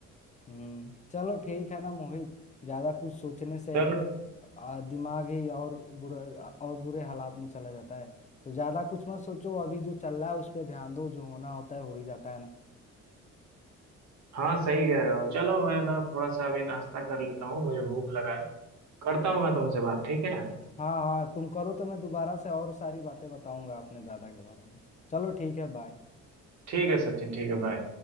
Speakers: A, on the left; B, on the right.
A: हम्म चलो ठीक है ना मोहित ज्यादा कुछ सोचने से
B: चलो
A: आ, दिमाग ही और बुरा और बुरे हालात में चला जाता है तो ज्यादा कुछ मत सोचो अभी जो चल रहा है उस पर ध्यान दो जो होना होता है हो ही जाता है ना
B: हाँ सही कह रहे हो चलो मैं ना थोड़ा सा अभी नाश्ता कर लेता हूँ मुझे भूख लगा है करता हूँ मैं तुमसे बात ठीक है
A: हाँ हाँ तुम करो तो मैं दोबारा से और सारी बातें बताऊंगा अपने दादा के बारे में चलो ठीक है बाय
B: ठीक है सचिन ठीक है बाय